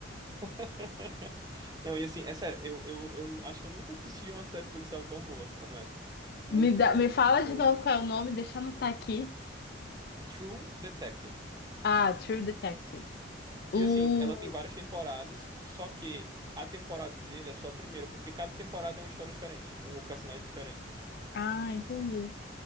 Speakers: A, on the right (about 20°); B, on the left (about 55°).
A: <laughs> Não, e assim, é sério, eu, eu, eu acho que eu nunca assisti uma série policial tão boa como essa. Muito
B: Me dá,
A: boa,
B: me fala
A: muito boa.
B: de novo qual é o nome, deixa eu anotar aqui.
A: É True Detective.
B: Ah, True Detective. O.
A: E assim, ela tem várias temporadas, só que a temporada dele é só a primeira, porque cada temporada é uma história diferente, com personagens diferentes.
B: Ah, entendi.